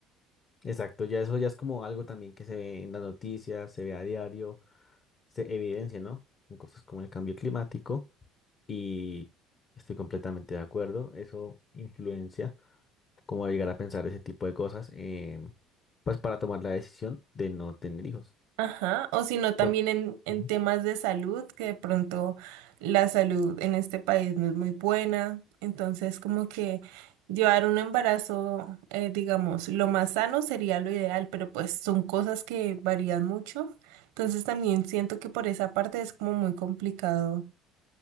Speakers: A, on the left; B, on the right.
A: exacto, ya eso ya es como algo también que se ve en las noticias, se ve a diario, se evidencia, ¿no? En cosas como el cambio climático y estoy completamente de acuerdo, eso influencia como a llegar a pensar ese tipo de cosas, em, pues para tomar la decisión de no tener hijos.
B: Ajá, o si no, también
A: Por-
B: en, en
A: Ujú.
B: temas de salud, que de pronto la salud en este país no es muy buena, entonces como que llevar un embarazo, eh, digamos, lo más sano sería lo ideal, pero pues son cosas que varían mucho, entonces también siento que por esa parte es como muy complicado